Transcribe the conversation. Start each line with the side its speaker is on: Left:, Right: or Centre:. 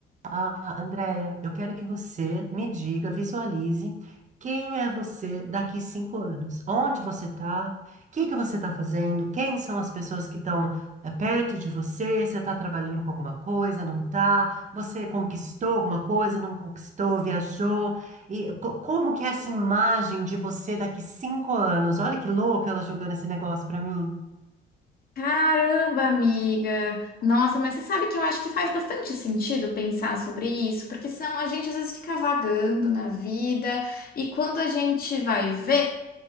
Right: Ah, Andréia, eu quero que você me diga, visualize quem é você daqui cinco anos. Onde você está? O que que você está fazendo? Quem são as pessoas que estão perto de você? Você está trabalhando com alguma coisa? Não está? Você conquistou alguma coisa? Não conquistou? Viajou? E co- como que é essa imagem de você daqui cinco anos? Olha que louca ela jogando esse negócio para mim.
Left: Caramba, amiga! Nossa, mas você sabe que eu acho que faz bastante sentido pensar sobre isso, porque senão a gente às vezes fica vagando na vida e quando a gente vai ver,